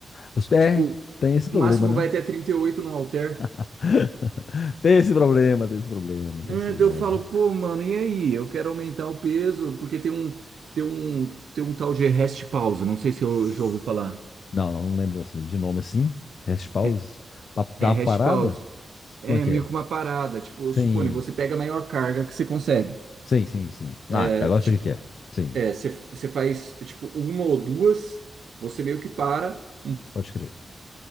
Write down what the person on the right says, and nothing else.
Tipo,
o máximo
vai até 38 no halter.
Eh,
daí Eu falo, pô, mano, e aí? Eu quero aumentar o peso, porque tem um, tem um, tem um tal de rest pause, não sei se eu
já ouvi falar.
É,
é
rest
pause. É
meio
que uma parada, tipo,
suponho, você pega a maior carga que você consegue.
É,
tipo,
é, você você faz tipo uma ou duas, você meio que para, um-